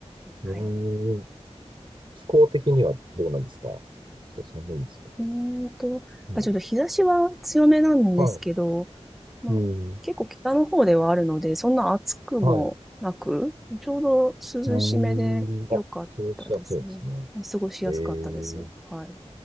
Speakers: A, on the right (about 45°); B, in the centre.
A: うーん。
B: はい。
A: 気候的にはどうなんですかちょっと寒いんですか
B: うーんと、
A: うん。
B: あ、ちょっと日差しは強めなんですけど、
A: は
B: まあ、
A: い。うん。
B: 結構北の方ではあるので、そんな暑くもなく、
A: はい。う
B: ちょうど涼しめで良かったですね。
A: ーん。あ、そうしやすいですね。
B: あ過ごしやすかったです。
A: えー、
B: はい。